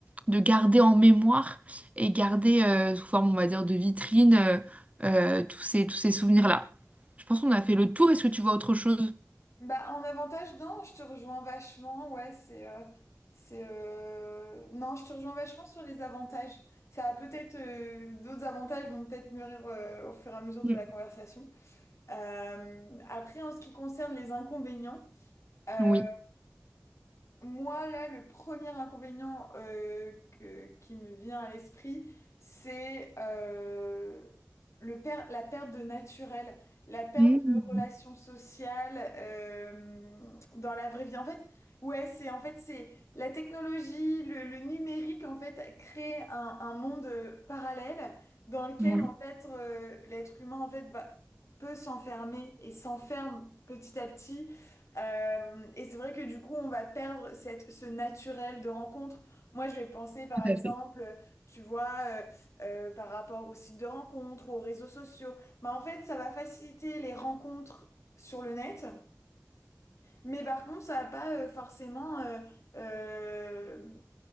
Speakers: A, on the right; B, on the left.
A: de garder en mémoire et garder euh, sous forme, on va dire, de vitrine euh, euh, tous ces, tous ces souvenirs-là. Je pense qu'on a fait le tour. Est-ce que tu vois autre chose?
B: Bah, en avantage, non, je te rejoins vachement. Ouais, c'est. euh, c'est euh, Non, je te rejoins vachement sur les avantages. Ça a peut-être. euh, d'autres avantages vont peut-être mûrir euh, au fur et à mesure
A: Oui.
B: de la conversation. Euh, après, en ce qui concerne les inconvénients, euh,
A: Oui,
B: moi, là, le premier inconvénient euh, que- qui me vient à l'esprit, c'est euh, le per- la perte de naturel, la perte
A: Mm.
B: de relations sociales euh, dans la vraie vie. En fait, ouais, c'est en fait c'est la technologie, le, le numérique, en fait, crée un, un monde euh, parallèle dans lequel,
A: Oui,
B: en fait, euh, l'être humain, en fait, bah, peut s'enfermer et s'enferme petit à petit euh, et c'est vrai que du coup, on va perdre cette, ce naturel de rencontre. Moi, je vais penser, par
A: tout
B: exemple,
A: à fait.
B: tu vois, euh, euh, par rapport aux sites de rencontres, aux réseaux sociaux. Bah, en fait, ça va faciliter les rencontres sur le net, mais par contre, ça va pas euh, forcément euh, euh,